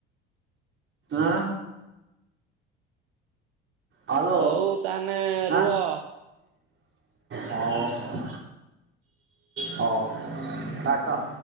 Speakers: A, on the right (about 40°); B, on the right (about 75°).
A: ଆଁ। ହଲୋ
B: ହଉ ତାହେଲେ
A: ଆଁ।
B: ରୁହ।
A: ହଉ ହଉ। ହୋଉ କଟ।